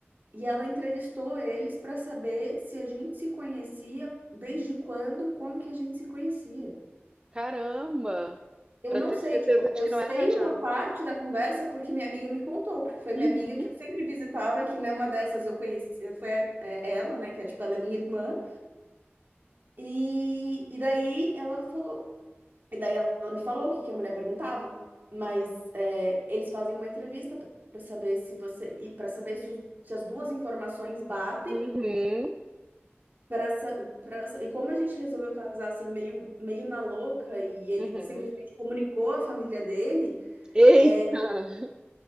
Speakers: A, on the right (about 45°); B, on the right (about 20°).
A: E ela entrevistou eles para saber se a gente se conhecia, desde quando, como que a gente se conhecia.
B: Caramba!
A: Eu
B: para
A: não
B: ter
A: sei,
B: certeza
A: tipo,
B: de
A: eu
B: que
A: sei
B: não é arranjada.
A: uma parte da conversa porque minha amiga me contou, porque foi minha
B: Uhum,
A: amiga que eu sempre visitava, que numa dessas eu conheci, foi a- é, ela, né, que é tipo, ela é minha irmã, e, e daí ela falou, e daí ela me falou o que que a mulher perguntava, mas é, eles fazem uma entrevista para saber se você, e para saber se, os- se as duas informações batem,
B: uhum,
A: Pra, sa- pra, sa- e como a gente resolveu casar assim, meio, meio na louca, e ele
B: uhum.
A: simplesmente comunicou a família dele,
B: Eita!
A: é,
B: <laughs>